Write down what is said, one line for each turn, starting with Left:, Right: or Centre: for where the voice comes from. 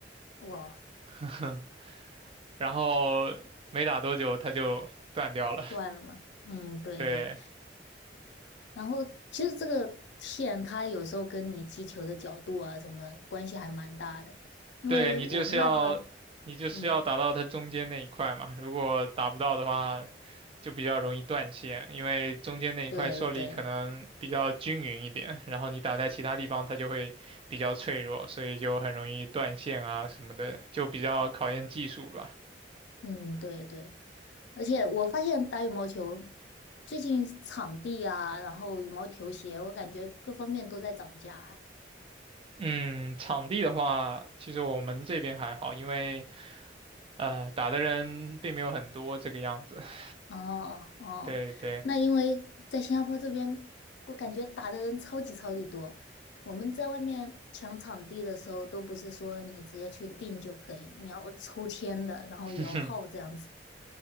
Left: 我
Right: <laughs> 然后没打多久它就断掉了。
Left: 断了嘛，嗯，对对。
Right: 对，
Left: 然后其实这个线它有时候跟你击球的角度啊什么关系还蛮大的，因为我们
Right: 对你就是要你就是要打到它中间那一块嘛，
Left: lab，嗯，
Right: 如果打不到的话，就比较容易断线，因为中间那一块受力可能比较均匀一点，
Left: 对对，
Right: 然后你打在其他地方它就会比较脆弱，所以就很容易断线啊什么的，就比较考验技术吧。
Left: 嗯对对，而且我发现打羽毛球最近场地啊，然后羽毛球鞋，我感觉各方面都在涨价啊。
Right: 嗯，场地的话，其实我们这边还好，因为呃打的人并没有很多这个样子。<laughs>
Left: 哦哦，
Right: 对对，
Left: 那因为在新加坡这边，我感觉打的人超级超级多。我们在外面抢场地的时候，都不是说你直接去订就可以，你要抽签的，然后摇号这样子。
Right: <laughs>